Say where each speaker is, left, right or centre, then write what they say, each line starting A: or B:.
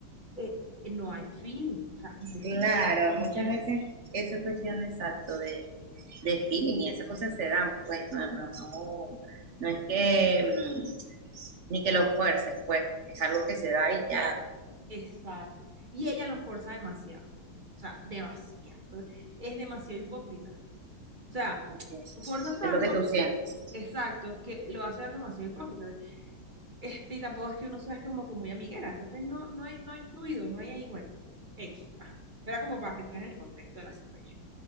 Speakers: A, on the right; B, on the right.
A: eh, no hay feeling, o sea, no hay feeling,
B: claro, muchas
A: nada.
B: veces esa cuestión de exacto de, de feeling y esas cosas se dan, pues no, no, no, no es que mm, ni que lo fuerces, pues es algo que se da y ya,
A: Exacto. Y ella lo forza demasiado. O sea, demasiado. Es demasiado hipócrita. O sea,
B: ok.
A: lo forza tanto,
B: Es lo que tú sientes,
A: exacto, que lo hace ver demasiado hipócrita. Este, y tampoco es que uno sea como que muy amiguera. Entonces no, no hay, no hay fluido, no hay ahí, bueno, X. Ajá. Era como para que tú en el contexto de la situación.